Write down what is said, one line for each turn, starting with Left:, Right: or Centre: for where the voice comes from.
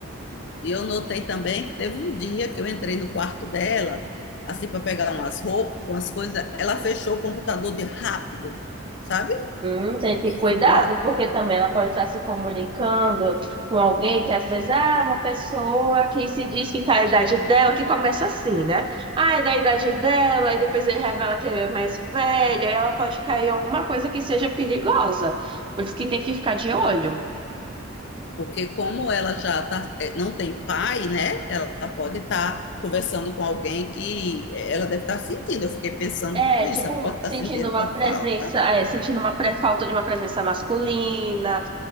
Left: E eu notei também que teve um dia que eu entrei no quarto dela, assim para pegar umas roupas, umas coisas, ela fechou o computador de rápido, sabe?
Right: Hum, tem que ter cuidado,
Left: Ficou
Right: porque também ela pode estar se comunicando com alguém que às vezes ah, é uma pessoa que se diz que está na idade dela, que começa assim, né? Ah, é da idade dela, e depois ele revela que é mais velha, aí ela pode cair em alguma coisa que seja perigosa. Por isso que tem que ficar de olho.
Left: Porque como ela já tá, eh, não tem pai, né? Ela pode estar conversando com alguém que eh, ela deve estar sentindo. Eu fiquei pensando
Right: É,
Left: isso,
Right: tipo,
Left: ela pode estar
Right: sentindo
Left: sentindo
Right: uma
Left: a
Right: presença,
Left: falta.
Right: é, sentindo uma pré- falta de uma presença masculina,